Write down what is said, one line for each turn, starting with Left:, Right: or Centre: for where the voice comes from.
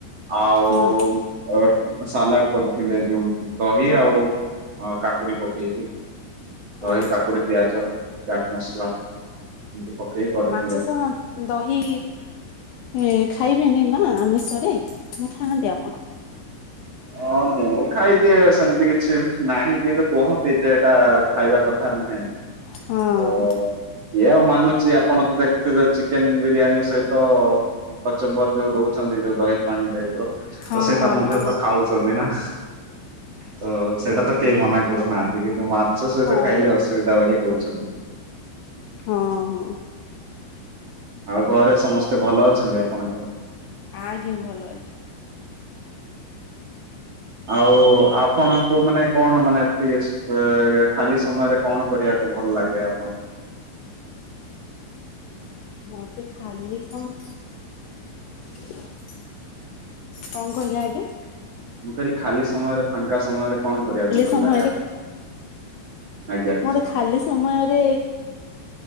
Right: ଆଉ
Left: ହଁ
Right: ଅ ସାଲାଡ଼ କରିଥିଲେ ଯୋଉ ଦହି ଆଉ ଅ କାକୁଡ଼ି ପକେଇକି। ଦହି
Left: ଆଚ୍ଛା।
Right: କାକୁଡ଼ି ପିଆଜ ଚାଟ୍ ମସଲା। ଏମିତି ପକେଇକି କରିଥିଲେ।
Left: ମାଛ ସହ ଦହି ଏ ଖାଇବେନେଇ ନା ଆମିଷରେ ନାଁ ଖାଆନ୍ତି ଆପଣ?
Right: ହଁ ମୁଁ ଖାଇଦିଏ ସେମତି କିଛି ନାହିଁ କିନ୍ତୁ କୁହନ୍ତି ଯେ ଏଇଟା ଖାଇବା କଥା ନୁହେଁ।
Left: ହଁ
Right: ତ ଇଏ ଆଉ ମା ଚି ଆପଣ ତ ଦେଖୁଥିବେ ଚିକେନ ବିରିୟାନୀ ସହିତ କଚମ୍ବର ଯୋଉ ଦଉ ଛନ୍ତି ଯୋଉ ଦହି ପାଣି ଟାଇପ୍ ର
Left: ହଁ
Right: ତ ସେଇଟା
Left: ହଁ
Right: ମଧ୍ୟ
Left: ହଁ
Right: ତ ଖାଉଛନ୍ତି ନାଁ। ତ ସେଇଟା ତ କେହି
Left: ହୁଁ।
Right: ମନା କରୁନାହାନ୍ତି କିନ୍ତୁ ମାଛ ସହିତ
Left: ହଁ
Right: ଖାଇଲେ ଅସୁବିଧା ବୋଲି କୋହୁଛନ୍ତି।
Left: ହଁ ହଁ।
Right: ଆଉ ଘରେ ସମସ୍ତେ ଭଲ ଅଛନ୍ତି ଆପଣଙ୍କର?
Left: ଆଜ୍ଞା ଭଲ ଅଛି।
Right: ଆଉ ଆପଣଙ୍କୁ ମାନେ କଣ ମାନେ ଫ୍ରୀସ୍ ଇ ଖାଲି ସମୟରେ କଣ କରିବାକୁ ଭଲ ଲାଗେ ଆପଣଙ୍କୁ? <unintelligible>
Left: ମତେ ଖାଲି ସମ କଁ କହିଲେ ଆଜ୍ଞା?
Right: ମୁଁ କହିଲି ଖାଲି ସମୟରେ ଫାଙ୍କା ସମୟରେ କଣ କରିବାକୁ
Left: ଲି
Right: ଭଲ
Left: ସମୟରେ
Right: ଲାଗେ ଆଜ୍ଞା
Left: ମତେ ଖାଲି ସମୟରେ